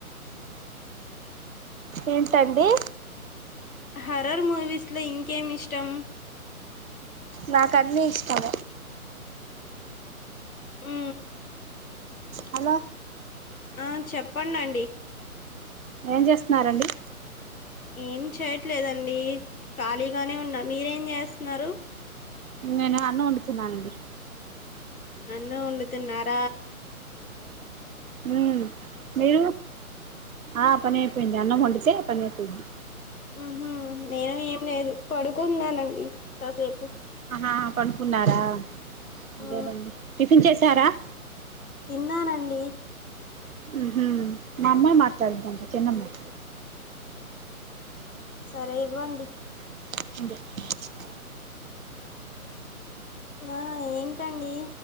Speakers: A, on the right (about 65°); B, on the left (about 70°).
A: ఏంటండి
B: హర్రర్ మూవీస్ లో ఇంకేమి ఇష్టం
A: నా కని ఇష్టస్తమ
B: ఆ
A: హలో
B: ఆ చెప్పంండి
A: ఏం చేస్తున్నారంండి
B: ఏం చేయట్లేదండి ఖాళీగానే ఉన్నా మీరేం చేస్తున్నారు
A: నేను అన్ను వండుతున్నానండి
B: అన్న ఉండది నార
A: మ్మ్ మీరు అయిపోయింది అన్నం వండితే పనైపొద్ది
B: హుహూ నేను ఏం లేదు పడుకున్నానండి కసేపు
A: ఆ పడ్కున్నారా అదెనండి
B: ఆ
A: టిఫిన్ చెసారా
B: తిన్నానండీ
A: హుహూ మా అమ్మాయ్ మాట్లాడ్దంట చిన్నమ్మయ్
B: సరే ఇవ్వండి.
A: అకా <inaudible>
B: ఆ ఏంటండి